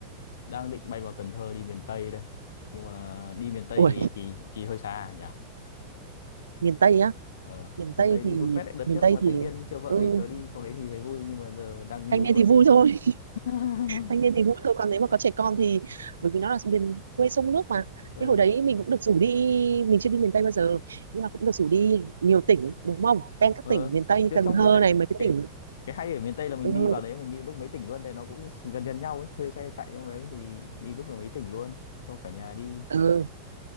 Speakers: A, on the left (about 60°); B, on the right (about 70°).
A: Đang định bay vào Cần Thơ đi miền Tây đây. Nhưng mà đi miền Tây
B: ủa
A: thì thì thì hơi xa nhỉ.
B: miền Tây á
A: Ờ,
B: miền
A: miền
B: Tây
A: Tây đi
B: thì
A: vui phết đấy. Đợt
B: miền
A: trước
B: Tây
A: mà
B: thì
A: Thanh Niên chưa vợ
B: ừ
A: thì tớ đi trong đấy thì thấy vui nhưng mà giờ đang
B: thanh
A: rủ
B: niên
A: vợ
B: thì vui
A: đi.
B: thôi
A: <laughs>
B: thanh niên thì vui thôi còn nếu mà có trẻ con thì bởi vì nó là miền quê sông nước mà
A: ờ
B: thế hồi đấy mình cũng được rủ đi mình chưa đi miền Tây bao giờ nhưng mà cũng được rủ đi nhiều tỉnh đúng không ven các
A: ờ
B: tỉnh miền Tây như
A: thế
B: Cần
A: trong
B: Thơ
A: đấy tại
B: này mấy cái
A: cái
B: tỉnh
A: cái hay ở miền Tây là mình
B: ừ,
A: đi vào đấy mình đi lúc mấy tỉnh luôn tại nó cũng gần gần nhau ấy thuê xe chạy trong đấy thì đi lúc là mấy tỉnh luôn cho cả nhà đi
B: ừ.